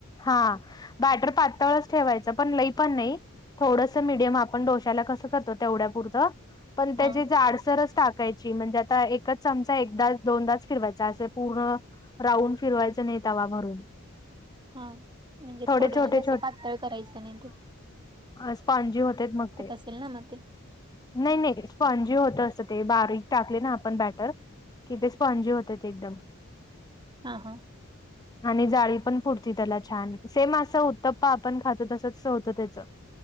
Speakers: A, on the left; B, on the right.
A: हा बॅटर पातळच ठेवायचं पण लई पण नाही. थोडस मीडियम आपण डोश्याला कसं करतो तेवढ्यापुरतं पण त्याची
B: हा
A: जाडसरच टाकायची म्हणजे आता एकच चमचा एकदाच दोनदाच फिरवायचा असे पूर्ण राऊंड फिरवायचं नाही तवा भरून.
B: हा म्हणजे
A: थोडे
B: थोडं
A: छोटे
B: जसं पातळ करायचं नाही खूप?
A: स्पंजी होतात मग ते
B: असेल ना मग ते.
A: नाही नाही स्पंजी ज होत असत ते बारीक टाकले ना आपण बॅटर किथे स्पंजी होत एकदम.
B: हा हा.
A: <inaudible> आणि जाळी पण फुडती त्याला छान सेम असं उत्तप्पा आपण खातो तसच होतं त्याच.